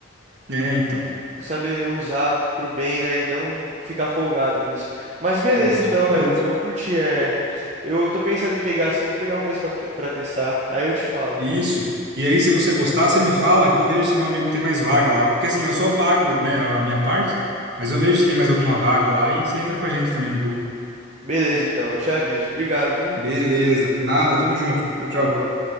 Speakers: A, on the right (about 60°); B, on the right (about 35°).
A: É, então,
B: saber usar pro bem, né? E não ficar folgado nisso. Mas beleza,
A: exatamente.
B: então, eu, eu curti. É, eu tô pensando em pegar assim, vou pegar um mês pra, pra testar. Aí eu te falo.
A: Isso. E aí, se você gostar, você me fala que eu vejo se meu amigo tem mais vaga lá. Porque assim, eu só pago, né, a minha parte, mas eu vejo se tem mais alguma vaga lá e você entra com a gente também no grupo.
B: Beleza, então, eu te aviso. Obrigado, viu?
A: Beleza. Nada, tamo junto. Tchau, tchau.
B: Falou.